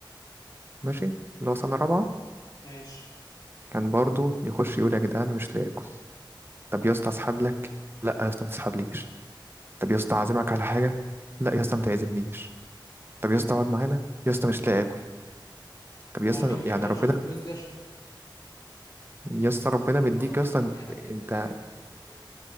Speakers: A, on the right; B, on the left.
A: ماشي اللي هو سنه رابعه
B: ماشي
A: كان برضو يخش يقول يا جدعان مش لاقي اكل طب يا اسطى اسحب لك لا يا اسطى ما تسحبليش طب يا اسطى اعزمك على حاجه لا يا اسطى ما تعزمنيش طب يا اسطى اقعد معانا يا اسطى مش لاقي اكل طب يا
B: هو
A: اسطى
B: كان بيحوش
A: يعني ربنا
B: الفلوس دي عشان حاجة
A: يا
B: بس
A: اسطى ربنا
B: برضه
A: مديك
B: غلط
A: يا اسطى
B: إن هو
A: انت
B: ما يح- يفضل
A: انت
B: يعمل في نفسه كده